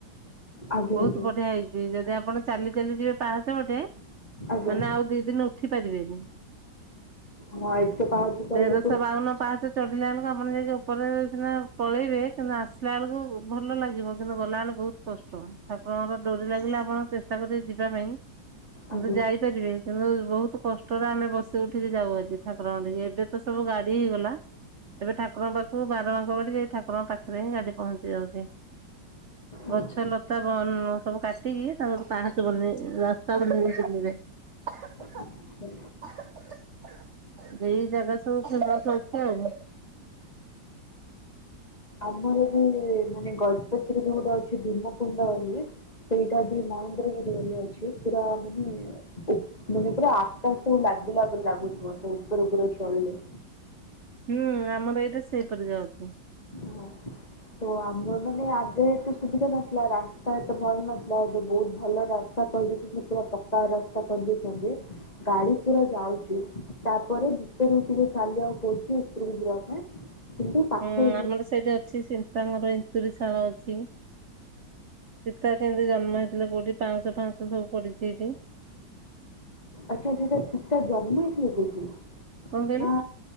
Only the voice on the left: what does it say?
ଆଜ୍ଞା
ଆଜ୍ଞା
ଆଜ୍ଞା
ହଁ ଏତେ ପାଉଚ କହିଲେ
ତ
ଆଜ୍ଞା
ଆଚ୍ଛା
ଆଚ୍ଛା।
ଆମର ବି ମାନେ ଗଜ ସେଥିରେ ଯୋଉ ଗୋଟେ ଅଛି ଭୀମକୁୁଣ୍ଡ ବୋଲି ସେଇଟା ବି ମହେନ୍ଦ୍ରଗିରି ବୋଲି ଅଛି ପୁରା ମାନେ ଏ ମାନେ ପୁରା ଆକାଶ ଲା ଲାଗିଲା ପରି ଲାଗୁଥିବ ଉପରେ ଉପରେ ଚଢିଲେ
ହଁ। ତ ଆମ ମାନେ ଆଗେ ଏତେ ସୁବିଧା ନଥିଲା ରାସ୍ତା ଏତେ ଭଲ ନଥିଲା ଏବେ ବହୁତ ଭଲ ରାସ୍ତା <unintelligible> ସେ ପୁରା ପକ୍କା ରାସ୍ତା କରଦେଇଚନ୍ତି ଗାଡି ପୁରା ଯାଉଛି ତାପରେ ଉପରକୁ ଟିକେ ଚାଲିବାକୁ ପଡୁଛି ଉପରକୁ ଯିବା ପାଇଁ କିନ୍ତୁ ପାଖ
ଆଚ୍ଛା ସେଟା ସୀତା ଜନ୍ମ ହେଇଥିଲେ ସେଇଠି?
ନା